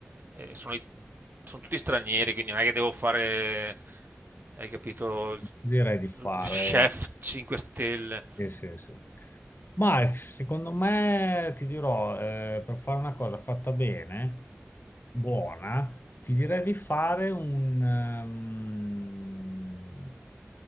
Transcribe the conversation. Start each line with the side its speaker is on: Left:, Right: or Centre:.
Right: e sono, i- sono tutti stranieri, quindi non è che devo fare, hai capito, il,
Left: direi di fare...
Right: il chef 5 stelle.
Left: Sì, sì, sì. Ma secondo me ti dirò, eh, per fare una cosa fatta bene, buona, ti direi di fare un... ehm,